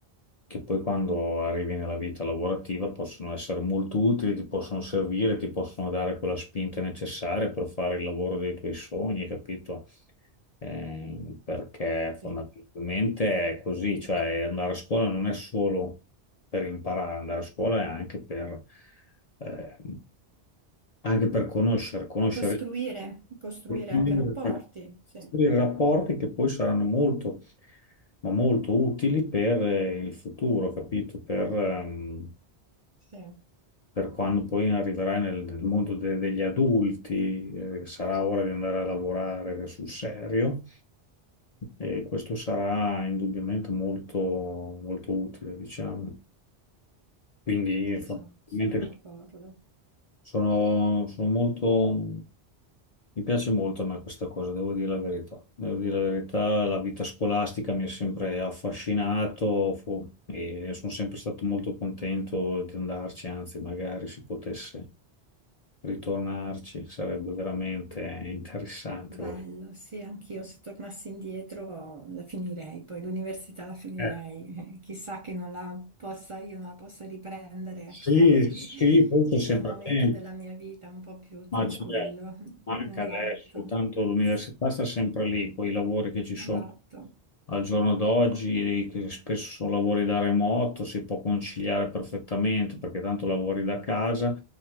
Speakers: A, on the left (about 45°); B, on the right (about 40°).
A: che poi quando arrivi nella vita lavorativa possono essere molto utili, ti possono servire, ti possono dare quella spinta necessaria per fare il lavoro dei tuoi sogni, capito? Eh, perché fondamentalmente
B: Sì.
A: è così, cioè andare a scuola non è solo per imparare, andare a scuola è anche per... eh, anche per conoscere, conoscere
B: Costruire, costruire
A: per cui,
B: anche rapporti,
A: eh,
B: sì,
A: costruire rapporti che poi saranno molto, ma molto utili per eh, il futuro, capito? Per, ehm,
B: sì,
A: per quando poi arriverai nel, nel mondo de- degli adulti, eh, sarà ora di andare a lavorare sul serio e questo sarà indubbiamente molto, molto utile, diciamo. Quindi,
B: sì,
A: fondamentalmente,
B: sono sono d'accordo.
A: Sono, sono molto, mi piace molto a me questa cosa, devo dire la verità. Devo dire la verità, la vita scolastica mi ha sempre affascinato fu- e sono sempre stato molto contento di andarci, anzi, magari si potesse ritornarci, sarebbe veramente interessante.
B: Bello,
A: voglio-
B: sì, anch'io se tornassi indietro la finirei, poi l'università la finirei,
A: Eh,
B: <laughs> chissà che non la possa, io non la possa riprendere,
A: sì,
B: ecco,
A: sì,
B: <laughs>
A: poi c'è
B: in
A: sempre
B: un momento
A: tempo.
B: della mia vita un po' più
A: Ma
B: tranquillo.
A: c'è anche
B: Esatto,
A: adesso, tanto l'università
B: sì,
A: sta
B: sì,
A: sempre lì, con i lavori che ci sono
B: esatto.
A: Al giorno d'oggi, che spesso sono lavori da remoto, si può conciliare perfettamente perché tanto lavori da casa